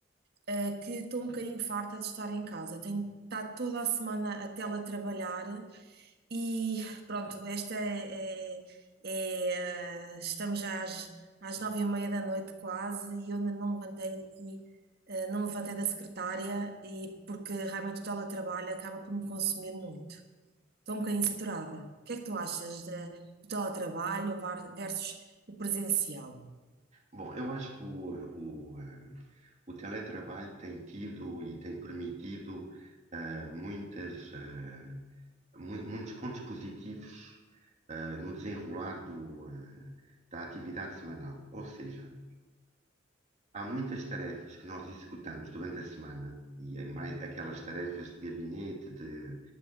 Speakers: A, on the right; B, on the right.
A: eh, que estou um bocadinho farta de estar em casa. Tenho estado toda a semana a teletrabalhar e pronto, esta é, é- é, eh, estamos já às, às nove e meia da noite quase e eu ainda não levantei aqui, eh, não me levantei da secretária e porque realmente o teletrabalho acaba por me consumir muito. Estou um bocadinho saturada. O que é que tu achas de, do teletrabalho var- versus o presencial?
B: Bom, eu acho que o, o, eh, o teletrabalho tem tido e tem permitido eh, muitas, eh, mu- muitos pontos positivos eh, no desenrolar do, eh, da atividade semanal. Ou seja, Há muitas tarefas que nós executamos durante a semana, e é mais aquelas tarefas de gabinete, de,